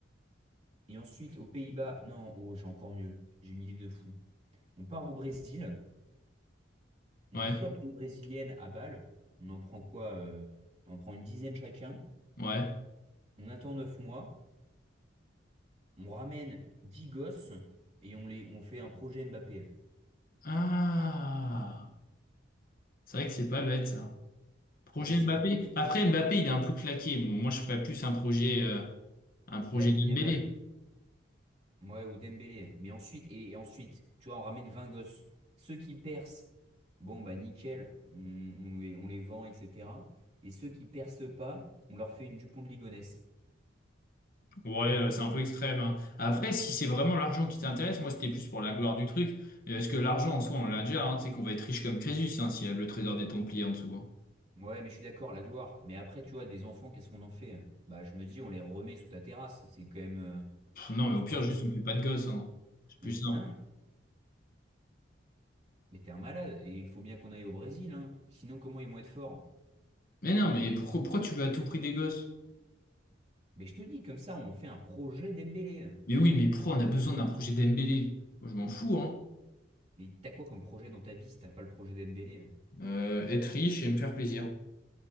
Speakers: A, on the right; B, on the left.
A: Et ensuite, aux Pays-Bas, non, oh, j'ai encore mieux. J'ai une idée de fou. On part au Brésil, on
B: Ouais,
A: chope des Brésiliennes à Bâle. On en prend quoi? euh, on en prend une dizaine chacun.
B: ouais.
A: On attend 9 mois. On ramène 10 gosses et on les, on fait un projet Mbappé.
B: Ah, c'est vrai que c'est pas bête, ça. Projet
A: Non, mais c'est
B: Mbappé.
A: de la folie.
B: Après, Mbappé, il est un peu claqué. Bon, moi, je ferais plus un projet, euh, un projet
A: Lamine
B: Dembélé.
A: Yamal. Ouais, ou Dembélé. Mais ensuite, et, et ensuite, tu vois, on ramène 20 gosses. Ceux qui percent, bon, bah nickel, on, on les, on les vend, etc. Et ceux qui percent pas, on leur fait une Dupont de Ligonnès.
B: Ouais, euh, c'est un peu extrême. hein. Après, si c'est vraiment l'argent qui t'intéresse, moi c'était plus pour la gloire du truc. Euh, Parce que l'argent en soi, on l'a déjà, hein, tu sais qu'on va être riche comme Crésus hein, s'il y a le trésor des Templiers en dessous. hein.
A: Ouais, mais je suis d'accord, la gloire. Mais après, tu vois, des enfants, qu'est-ce qu'on en fait? hein Bah, je me dis, on les remet sous ta terrasse. C'est quand même. euh,
B: Pff, non, mais au pire,
A: genre le.
B: juste on fait pas de gosses. hein. C'est
A: le
B: plus simple.
A: hein? Mais t'es un malade. Et il faut bien qu'on aille au Brésil, hein. Sinon, comment ils vont être forts?
B: Mais non, mais pourquoi, pourquoi tu veux à tout prix des gosses?
A: Mais je te dis, comme ça, on fait un projet Dembélé. hein.
B: Mais oui, mais pourquoi on a besoin d'un projet Dembélé? Moi, je m'en fous, hein.
A: Mais t'as quoi comme projet dans ta vie si t'as pas le projet Dembélé? hein
B: Euh, être riche et me faire plaisir.